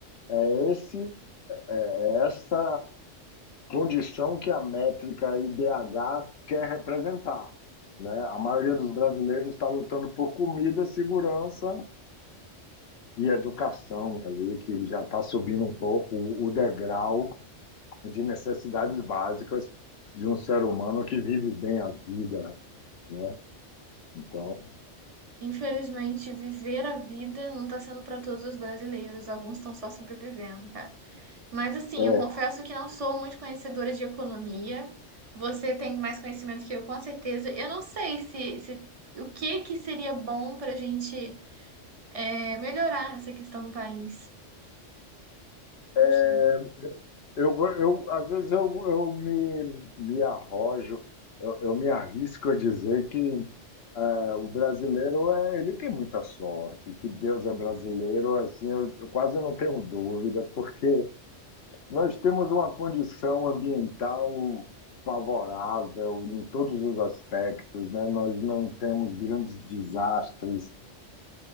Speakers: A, on the left; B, on the right.
A: é esse, é essa condição que a métrica IDH quer representar. Né? A maioria dos brasileiros está lutando por comida, segurança e educação ali, que já está subindo um pouco o degrau de necessidades básicas de um ser humano que vive bem a vida, né? Então,
B: Infelizmente, viver a vida não está sendo para todos os brasileiros. Alguns estão só sobrevivendo, cara. Mas assim,
A: é,
B: eu confesso que não sou muito conhecedora de economia. Você tem mais conhecimento que eu, com certeza. Eu não sei se, se o que que seria bom para a gente é, melhorar essa questão do país.
A: é,
B: Não sei.
A: eu, eu, às vezes eu, eu me, me arrojo, eu, eu me arrisco a dizer que é, o brasileiro é, ele tem muita sorte, que Deus é brasileiro, assim, eu, eu quase não tenho dúvida, porque Nós temos uma condição ambiental favorável em todos os aspectos, né? Nós não temos grandes desastres